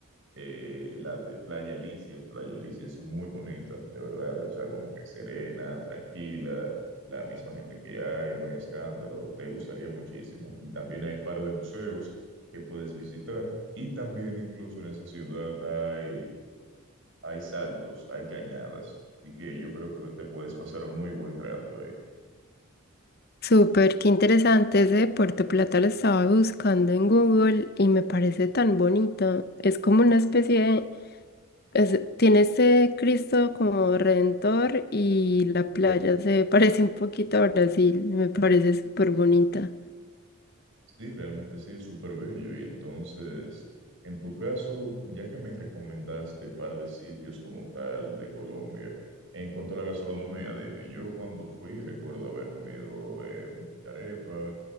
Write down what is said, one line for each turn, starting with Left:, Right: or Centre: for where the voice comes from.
Right: eh, la de Playa Alicia, Playa Alicia es muy bonita, de verdad, o sea, como que serena, tranquila, la misma gente que hay, no hay escándalo, te gustaría muchísimo. Y también hay par de museos que puedes visitar y también incluso en esa ciudad hay, hay saltos, hay cañadas, así que yo creo que te puedes pasar un muy buen rato ahí.
Left: Súper, qué interesante. Ese de Puerto Plata lo estaba buscando en Google y me parece tan bonito. Es como una especie de... es- tiene ese Cristo como redentor y la playa se <laughs> parece un poquito a Brasil. Me parece súper bonita.
Right: Sí, realmente sí, es súper bello. Y entonces, en tu caso, ya que me recomendaste par de sitios como tal de Colombia, en cuanto a la gastronomía, dime, yo cuando fui recuerdo haber comido eh, mucha arepa,